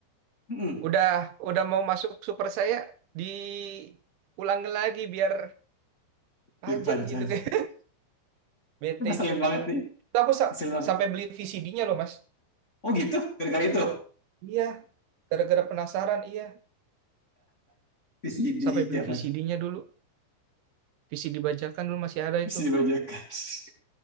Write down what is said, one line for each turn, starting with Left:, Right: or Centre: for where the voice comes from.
Left: Mm-mm.
Right: Udah udah mau masuk super saya diulang lagi biar panjang
Left: Biar panjang.
Right: gitu <laughs> kayak bete
Left: <laughs> Ngeselin
Right: itu.
Left: banget nih.
Right: Tuh Aku sa-
Left: Ngeselin banget.
Right: sampai beli VCD-nya loh Mas.
Left: Oh gitu? Gara-gara itu?
Right: Iya, gara-gara penasaran iya.
Left: VCD
Right: Sampai beli
Left: zaman.
Right: VCD-nya dulu. VCD bajakan dulu masih ada
Left: VCD
Right: itu.
Left: bajakan. <laughs>